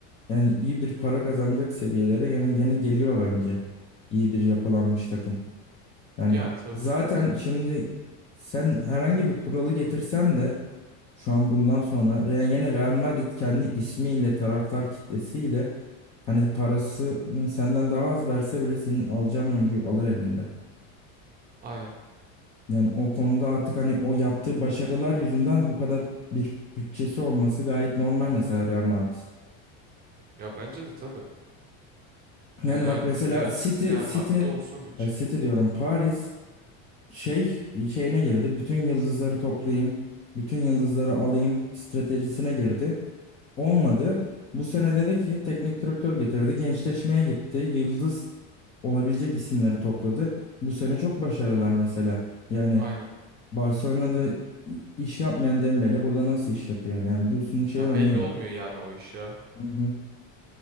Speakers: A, on the left; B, on the right.
A: yani iyi bir para kazanacak seviyelere yani yine geliyor bence. İyi bir yapılanmış takım. Yani
B: yani tabii.
A: zaten şimdi sen herhangi bir kuralı getirsen de şu an bundan sonra Re- yine Real Madrid kendi ismiyle taraftar kitlesiyle hani parası senden daha az verse bile senin alacağın oyuncuyu alır elinden.
B: Aynen.
A: Yani o konuda artık hani o yaptığı başarılar yüzünden bu kadar bir bütçesi olması gayet normal mesela Real Madrid.
B: Ya bence de tabii.
A: Yani
B: Ya Real
A: bak mesela
B: Real
A: City,
B: Real
A: City,
B: Madrid olsun bütçe.
A: ay City diyorum Paris şey şeyine girdi. Bütün yıldızları toplayayım, bütün yıldızları alayım stratejisine girdi. Olmadı. Bu sene dedi ki teknik direktör getirdi. Gençleşmeye gitti. Yıldız olabilecek isimleri topladı. Bu sene çok başarılar mesela. Yani
B: Aynen.
A: Barcelona'da i- iş yapmayan Dembele burada nasıl iş yapıyor? Yani bunun şey
B: Ya
A: örneği
B: belli
A: var.
B: olmuyor yani o iş ya.
A: Hı hı.